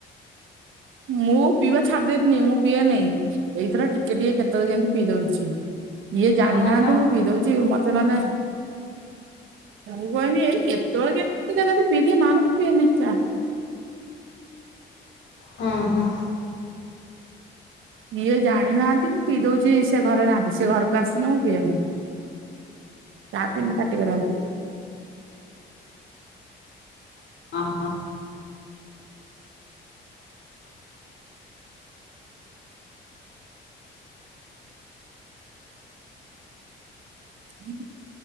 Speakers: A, on the right; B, on the left.
A: ମୁଁ ପିଇବା ଛାଡି ଦେବିନି ମୁଁ ପିଇବା ନେଇଁ ଏଇ ଥର ଟିକେ ଟିକେ କେ କେତବେଳେ କେମିତି ପିଇ ଦୋଉଛି ଇଏ
B: କଣ
A: ଜାଣିନାହାନ୍ତି
B: କହିଲ?
A: ମୁଁ ପିଇ ଦୋଉଛି ମତେ ନହେଲେ ମୁଁ କହିଲି ଏଇ କେତେବେଳେ କେମିତି ଟିକେ ପିଇ ନହେଲେ ମୁଁ ପିଏନି ଚା।
B: ହଁ ହଁ।
A: ଇଏ ଜାଣିନାହାନ୍ତି ମୁଁ ପିଇ ଦୋଉଚି ସେ ଘରେ ନାହାନ୍ତି ସେ ଘରକୁ ଆସିଲେ ମୁଁ ପିଏନି। ଚା ପିଲେ ପାଟି କରନ୍ତି।
B: ଅହ।
A: ହୁଁ